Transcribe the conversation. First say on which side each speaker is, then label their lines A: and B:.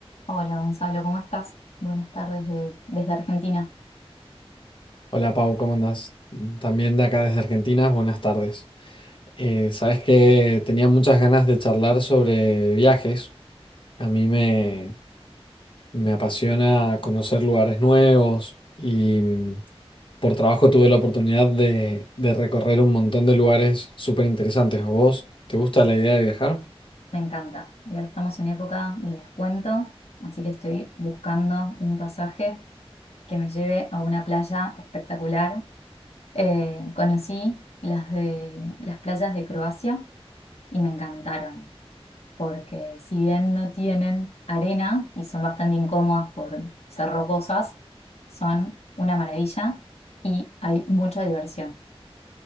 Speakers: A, on the left; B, on the left.
A: Hola Gonzalo, ¿cómo estás? Buenas tardes de- desde Argentina.
B: Hola Pau, ¿cómo andás? También de acá desde Argentina, buenas tardes. Eh, sabes que tenía muchas ganas de charlar sobre viajes. A mí me, me apasiona conocer lugares nuevos y mm, por trabajo tuve la oportunidad de, de recorrer un montón de lugares súper interesantes. ¿A vos te gusta la idea de viajar?
A: Me encanta. Y ahora estamos en época de descuento, así que estoy buscando un pasaje que me lleve a una playa espectacular. Eh, conocí las de las playas de Croacia y me encantaron, porque si bien no tienen arena y son bastante incómodas por ser rocosas, son una maravilla y hay mucha diversión